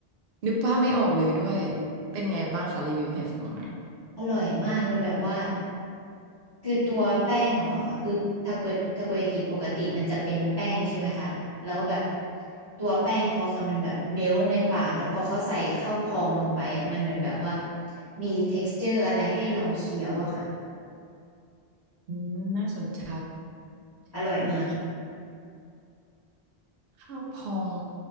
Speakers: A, on the right; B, on the left.
A: นึกภาพไม่ออกเลยด้วยเป็นไงบ้างคะรีวิวให้ฟังหน่อย
B: อร่อยมากมันแบบว่า คือตัวแป้งของเขาค่ะคือทาโกยทาโกยากิปกติมันจะเป็นแป้งใช่ไหมคะแล้วแบบตัวแป้งเขาค่ะมันแบบเมลในปากแล้วพอเขาใส่เข้าพองลงไปอ่ะมันเหมือนแบบว่ามี texture อะไรให้เราเคี้ยวอะค่ะ
A: อืมน่าสนใจ
B: อร่อยมาก
A: <laughs> ดีค่ะข้าวพอง